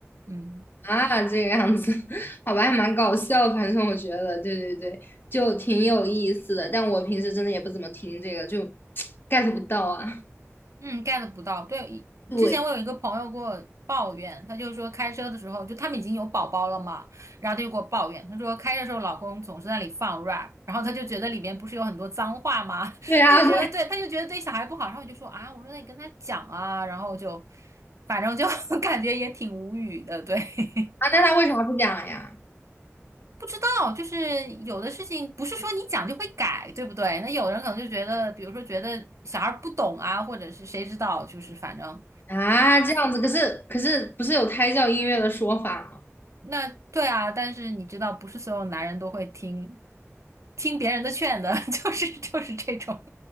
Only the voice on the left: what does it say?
啊，这个样子，<laughs> 好吧，还蛮搞笑。反正我觉得，对对对，就挺有意思的。但我平时真的也不怎么听这个，就 <tsk> get 不到啊。
对，
对啊，
<laughs> 对
啊，那他为啥不讲呀？
啊，这样子，可是可是不是有胎教音乐的说法吗？